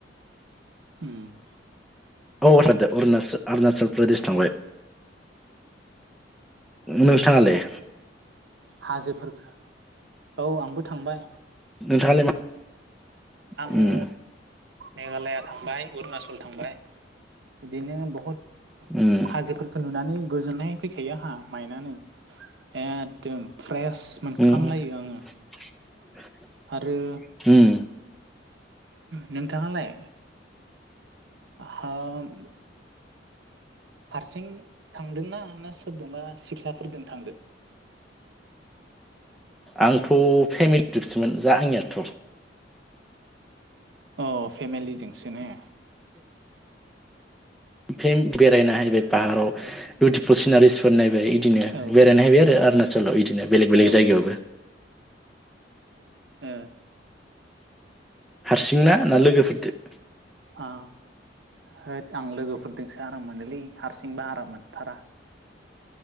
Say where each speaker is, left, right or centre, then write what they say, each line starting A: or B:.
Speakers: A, on the right (about 75°); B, in the centre.
A: ओम
B: औ औ थांदों अरुणल-अरुनाचल प्रदेश थांबाय। नोंथाङालाय
A: ओम हाजोफोर औ आंबो थांबाय।
B: नोंथाङालाय मा
A: आङो
B: उम
A: मेघालया थांबाय अरुनाचल थांबाय बिदिनो बहुद
B: ओम
A: हाजोफोरखौ नुनानै गोजोननाय फैखायो आंहा मायनआनो एखदम फ्रेस। मोनखांलायो
B: उम
A: आङो।
B: <inaudible>
A: आरो
B: उम
A: नोंथाङालाय? हाम हारसिं थांदोंना ना सोरजोंबा सिख्लाफोरजों थांदों?
B: आंथ' फेमिलि ट्रिपसोमोन आंनियाथ'।
A: अ फेमेलिजोंसो ने।
B: फिन बेरायनाय पाहाराव बिउटिफुल सिनारिसफोर नायबाय। बिदिनो
A: औ
B: बेरायनो हैैबाय आरो अरुनाचलाव बिदिनो बेलेग बेलेग
A: औ ओ
B: जायगायावबो।
A: ओ
B: हारसिंना ना लोगोफोरजों
A: ओ होद आं लोगोफोरजोंसो आराम मोनोलै हारसिंबा आराम मोनथारा।